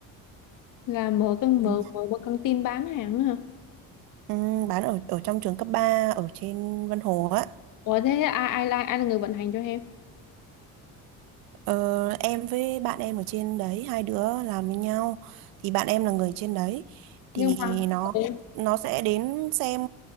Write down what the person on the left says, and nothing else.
là mở căn mở
mở một căng tin bán hàng á hả?
Ủa thế ai ai ai là người vận hành cho em?
Nhưng mà
ừ,